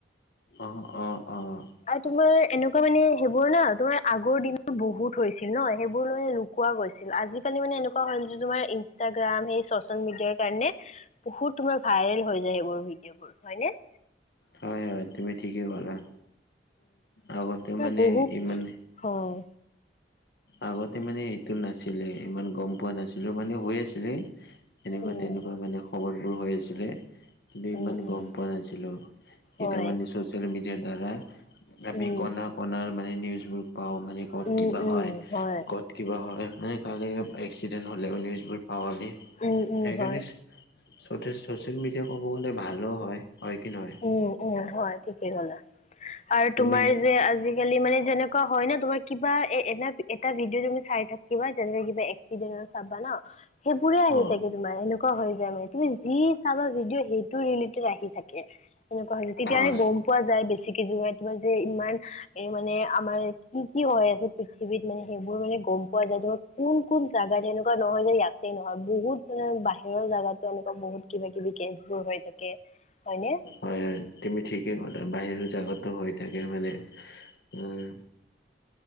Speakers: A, on the left; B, on the left.
A: অ', অ', অ'।
B: আৰু তোমাৰ এনেকুৱা মানে সেইবোৰ ন তোমাৰ আগৰ দিনত বহুত থৈছিল ন সেইবোৰ ল লুকোৱা গৈছিল। আজিকালি মানে এনেকুৱা হ'ল তোমাৰ ইনষ্টাগ্ৰাম সেই চচিয়েল মিডিয়া কাৰণে বহুত তোমাৰ ভাইৰেল হৈ যায় সেইবোৰ ভিডিঅ' বোৰ হয়নে?
A: হয় হয় তুমি ঠিকেই ক'লা। আগতে মানে
B: বহুত
A: ইমান
B: হয়।
A: আগতে মানে এইটো নাছিলে ইমান গম পোৱা নাছিলো মানে হৈ আছিলে। এনেকুৱা
B: উম
A: তেনেকুৱা মানে খবৰবোৰ হৈ আছিলে। কিন্তু ইমান
B: উম উম
A: গম পোৱা নাছিলো
B: হয়
A: এতিয়াৰ মানে ছ'চিয়েল মিডিয়াৰ দ্বাৰা আমি
B: উম
A: কণা কণাৰ মানে নিউজবোৰ পাওঁ মানে ক'ত
B: উম
A: কিবা
B: উম
A: হয়।
B: হয়।
A: ক'ত কিবা হয় মানে কাললৈ এক্সিডেণ্ট হ'লে নিউজবোৰ পাওঁ। আমি
B: উম উম
A: সেইকাৰণে
B: হয়
A: চ' চ'চিয়েল মিডিয়া ক'ব গ'লে ভালো হয় হয় কি নহয়?
B: উম, উম, হয় ঠিকেই ক'লা আৰু
A: তুমি
B: তোমাৰ যে আজি আজিকালি মানে যেনেকুৱা হয় ন তোমাৰ কিবা এ এটা এটা ভিডিঅ' তুমি চাই থাকিবা যেনে কিবা একচিদেন্ট চাবা ন। সেইবোৰে আহি
A: অ
B: থাকে তোমাৰ এনেকুৱা হৈ যায় মানে। তুমি যি চাবা ভিডিঅ' সেইটো ৰিলেটেড আহি থাকে। তেনেকুৱা হৈছে তেতিয়াহে
A: অ
B: গম পোৱা যায় বেছি কে জোৱাই তোমাৰ যে ইমান এই মানে আমাৰ কি কি হয় আছে পৃথিৱীত মানে সেইবোৰ মানে গম পোৱা যায় ধৰক কোন কোন জেগাত এনেকুৱা নহয় যে ইয়াতে নহয় বহুত মানে বাহিৰৰ জাগাতো এনেকুৱা বহুত কিবা কিবি কেচবোৰ হৈ থাকে হয়নে।
A: হয়, হয়, তুমি ঠিকেই ক'লা বাহিৰৰ জাগাতো হৈ থাকে মানে উম